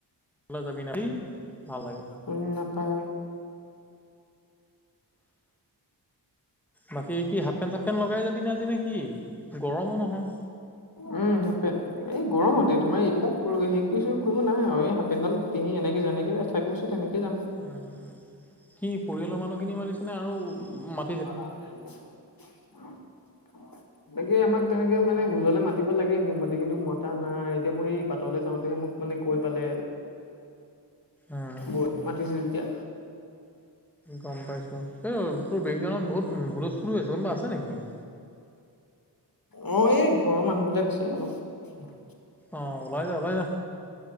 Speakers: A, in the centre; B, on the left.
A: যাবি নি, <unintelligible> ভাল লাগে।
B: উম নাপাই।
A: বাকী কি হাফ পেণ্ট চফ পেণ্ট লগাই যাবিনে আজি, নেকি গৰমো নহয়।
B: উম, হাফ পেণ্ট। এই গৰম হতে তোমাৰ এইবিলাক হেৰি কৰিছো কৰিব নাই আৰু এই হােনডাল পিন্ধি এনেকে যেনেকে থাকিবছো, তেনেকে যাম।
A: কি পৰিয়ালৰ মানুহখিনি মাতিছেনে আৰু মা
B: <unintelligible> এনেকে আমাক তেনেকে মানে ভোজলে মাতিব লাগে নিয়ম মতে, কিন্তু মতা নাই এতিয়া মই এই বাটলৈ যাওঁতেহে, মোক মানে কৈ পালে,
A: উম,
B: বৈ মাতিছো যেতিয়া।
A: গম পাইছোঁ, এই তোৰ বেকগ্ৰাউণ্ডত বহুত হুলস্থ ফুল আছে, কোনোবা আছে নেকি?
B: মই এই ঘৰৰ মানুহ বিলাক আছে, অলপ
A: অ' ওলাই যা, ওলাই যা।